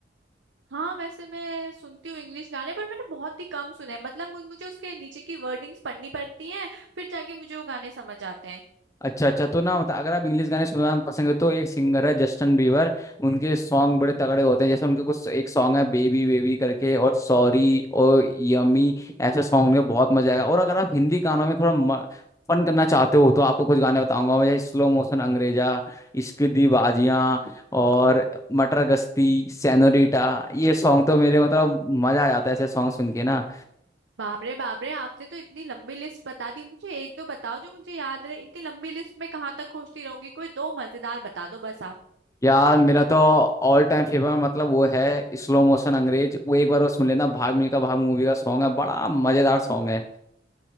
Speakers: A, on the right (about 80°); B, on the left (about 15°).
A: हाँ वैसे मैं सुनती हूँ इंग्लिश गाने पर मैंने बहुत ही कम सुने हैं मतलब मुझ- मुझे उसके नीचे की वर्डिंग्स पढ़नी पड़ती हैं फिर जाके मुझे वो गाने समझ आते
B: अच्छा अच्छा तो ना मतलब अगर आप इंग्लिश गाने सुनना पसंद है तो एक सिंगर है जस्टिन बीबर उनके सॉन्ग
A: हैं
B: बड़े तगड़े होते हैं जैसे उनके कुछ एक सॉन्ग है बेबी बेबी करके और सॉरी और यमी ऐसे सॉन्ग उनके बहुत मजा आएगा और अगर आप हिंदी गानों में थोड़ा म, फन करना चाहते हो तो आपको कुछ गाने बताऊंगा मैं जैसे स्लो मोशन अंग्रेजा इश्क दी बाजियां और मटर गश्ती सेनोरीटा ये सॉन्ग तो मेरे मतलब मजा आ जाता है ऐसे सॉन्ग सुन के ना
A: बाप रे बाप रे आपने तो इतनी लंबी लिस्ट बता दी मुझे एक दो बताओ जो मुझे याद रहे इतनी लंबी लिस्ट में कहाँ तक खोजती रहूंगी कोई दो मजेदार बता दो बस आप
B: यार मेरा तो ऑल टाइम फेवरेट मतलब वो है स्लो मोशन अंग्रेज वो एक बार और सुन लेना भाग मिल्खा भाग मूवी का सॉन्ग है बड़ा मजेदार सॉन्ग है